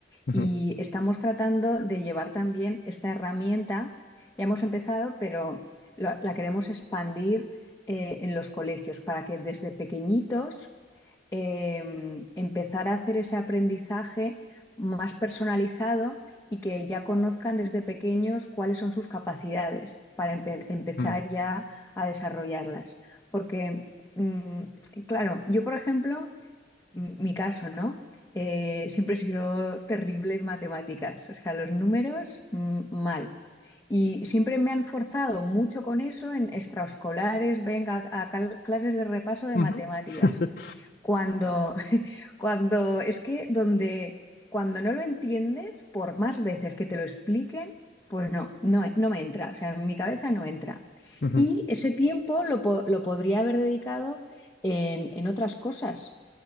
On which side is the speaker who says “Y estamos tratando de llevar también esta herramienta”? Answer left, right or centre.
Left